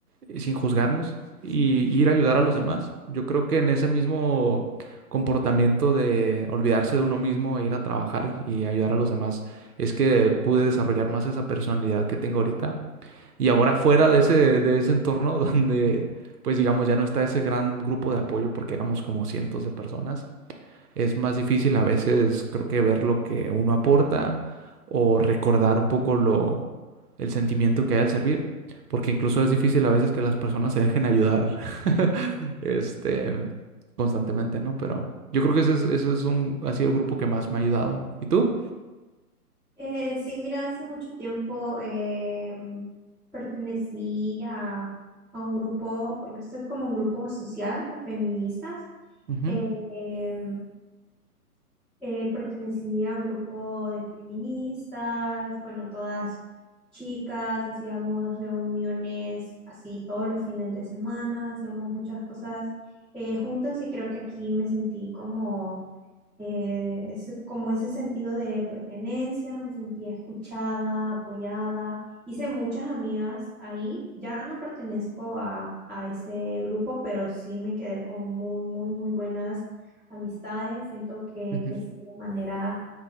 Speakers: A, on the right; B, in the centre.
A: eh, sin juzgarnos y y ir a ayudar a los demás. Yo creo que en ese mismo comportamiento de olvidarse de uno mismo e ir a trabajar y ayudar a los demás es que pude desarrollar más esa personalidad que tengo ahorita. Y ahora fuera de ese, de ese entorno <laughs> donde, pues digamos, ya no está ese gran grupo de apoyo porque éramos como cientos de personas es más difícil a veces, creo que ver lo que uno aporta o recordar un poco lo, el sentimiento que hay al servir, porque incluso es difícil a veces que las personas se dejen ayudar, <laughs> este, constantemente, ¿no? Pero yo creo que ese es, ese es un, ha sido el grupo que más me ha ayudado. ¿Y tú?
B: Eh, sí, mira, hace mucho tiempo em, pertenecí a, a un grupo, bueno, esto es como un grupo social, a feministas,
A: Ujú,
B: eh, em, eh, pertenecía a un grupo de feministas, bueno, todas chicas, hacíamos reuniones así todos los fines de semana, hacíamos muchas cosas eh, juntas y creo que aquí me sentí como, eh, ese- como ese sentido de pertenencia, me sentía escuchada, apoyada. Hice muchas amigas ahí, ya no pertenezco a, a ese grupo, pero sí me quedé con muy, muy, muy buenas amistades, siento que
A: ujú,
B: crecí de manera